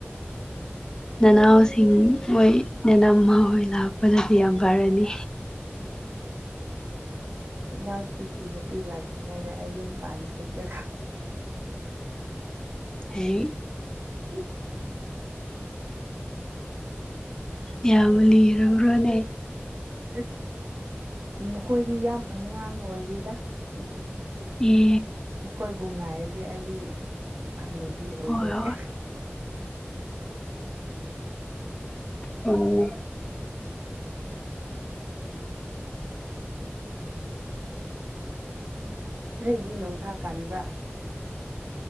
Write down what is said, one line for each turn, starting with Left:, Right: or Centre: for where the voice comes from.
Left: ꯅꯅꯥꯁꯤꯡ ꯑꯣꯏꯣꯏ ꯅꯅꯥꯃ ꯍ ꯂꯥꯛ ꯐꯅꯗꯤ ꯌꯥꯝ ꯐꯔꯅꯤ
Right: ꯏꯅꯥꯎꯁꯤꯡꯒꯤ ꯅꯨꯄꯤ ꯂꯥꯛꯇ꯭ꯔꯤꯉꯩꯗ ꯑꯩꯌꯨꯝ ꯄꯥꯟꯈ꯭ꯔꯗ꯭ꯔꯥ
Left: ꯑꯩ
Right: ꯎ
Left: ꯌꯥꯕ ꯂꯩ꯭ꯔꯣꯅꯦ
Right: ꯑ ꯃꯈꯣꯏꯗꯤ ꯌꯥꯝ ꯑꯉꯥꯡ ꯑꯣꯏꯔꯤꯗ ꯀꯩꯅꯤ
Left: ꯑꯦ
Right: ꯃꯈꯣꯏꯕꯨ ꯉꯥꯏꯔꯗꯤ ꯑꯩꯗꯤ ꯍꯥꯅꯨꯕꯤ ꯑꯣꯏꯗꯣꯏꯔꯦ
Left: ꯍꯣꯏ ꯍꯣꯏ ꯎꯝ
Right: ꯅꯣꯏꯗꯤ ꯅꯨꯡꯁꯥ ꯀꯟꯕ